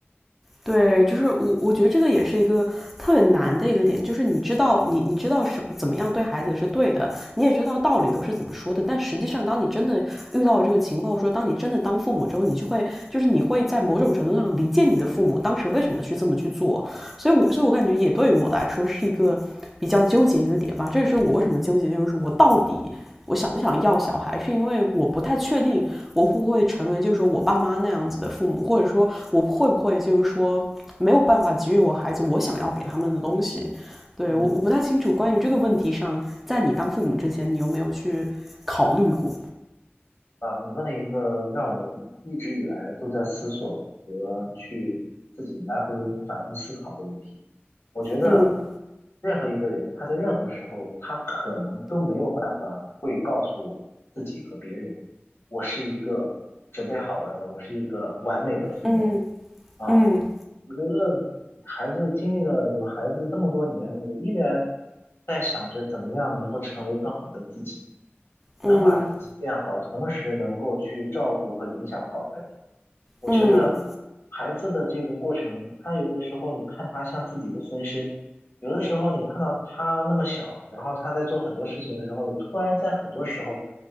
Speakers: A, in the centre; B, on the left.
A: 对，就是我，我觉得这个也是一个特别难的一个点，就是你知道你你知道什么怎么样对孩子是对的，你也知道道理都是怎么说的，但实际上当你真的遇到这个情况，或者说当你真的当父母之后，你就会就是你会在某种程度上理解你的父母当时为什么去这么去做，所以我所以我感觉也对我来说是一个比较纠结一个点吧，这也是我为什么纠结，就是说我到底我想不想要小孩，是因为我不太确定我会不会成为就是说我爸妈那样子的父母，或者说我会不会就是说没有办法给予我孩子我想要给他们的东西。对我我不太清楚关于这个问题上，
B: 嗯。
A: 在你当父母之前，你有没有去考虑过？
B: 啊，你问了一个让我一直以来都在思索和去自己来回反复思考的问题。我觉得
A: 嗯
B: 任何一个人，他在任何时候，他可能都没有办法会告诉自己和别人，我是一个准备好了的，我是一个完美的父母
A: 嗯
B: 啊。
A: 嗯
B: 我觉得孩子经历了有孩子这么多年，我依然在想着怎么样能够成为更好的自己。
A: 嗯
B: 能把自己变好，同时能够去照顾和影响好孩子。我觉得
A: 嗯
B: 孩子的这个过程，他有的时候你看他像自己的分身，有的时候你看到他那么小，然后他在做很多事情的时候，你突然在很多时候，